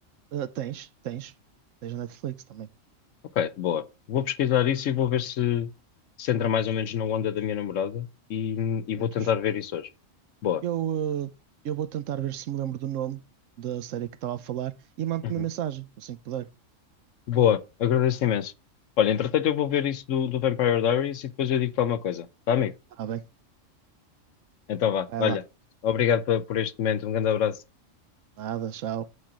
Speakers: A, on the right; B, on the left.
A: Ah, tens, tens. Tens na Netflix também.
B: Ok, boa. Vou pesquisar isso e vou ver se, se entra mais ou menos na onda da minha namorada e, e vou
A: Juntos.
B: tentar ver isso hoje. Boa.
A: Eu, ah, eu vou tentar ver se me lembro do nome da série que estava a falar e mando-te
B: Uhum.
A: uma mensagem, assim que puder.
B: Boa, agradeço imenso. Olha, entretanto eu vou ver isso do, do Vampire Diaries e depois eu digo-te alguma coisa, tá, amigo?
A: Está bem?
B: Então vá,
A: Vai
B: olha,
A: lá.
B: obrigado por, por este momento, um grande abraço.
A: Nada, tchau.